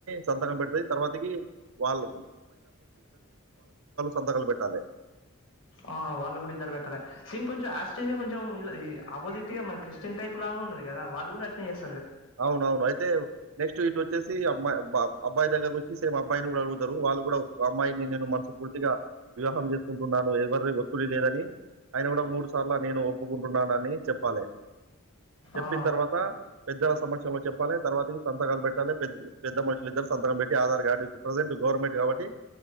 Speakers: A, on the right (about 70°); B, on the left (about 60°).
A: సంతకం పెడితే తర్వాతకి వాళ్ళు సంతకాలు పెట్టాలే.
B: ఆ వాళ్ళు కూడా ఇద్దరు పెట్టాలే సేమ్ కొంచెం యాస్ చే కొంచెం విళ్ళది ఆపోజిట్గా మన క్రిస్టియన్ టైప్ లాగా ఉన్నది. కదా వాళ్ళుగూడా అట్లే చేస్
A: అవును అవును అయితే నెక్స్ట్ ఇటు వచ్చేసి అమ్మాయి బ అబ్బాయి దగ్గరకు వచ్చి సేమ్ అబ్బాయిని కూడా అడుగుతారు. వాళ్ళు కూడా అమ్మాయిని నేను మనస్ఫూర్తిగా వివాహం చేసుకుంటున్నాను. ఎవరి ఒత్తిడి లేదని ఆయన కూడా మూడు సార్లు నేను ఒప్పుకుంటున్నాను. అని చెప్పాలి చెప్పిన
B: ఆ.
A: తర్వాత అందరి సమక్షంలో చెప్పాలి. తర్వాత సంతకాలు పెట్టాలి పెద్ద మనుషులిద్దరు సంతకం పెట్టి ఆధార్ కార్డ్ ఇప్పుడు ప్రెజెంట్ గవర్నమెంట్ కాబట్టి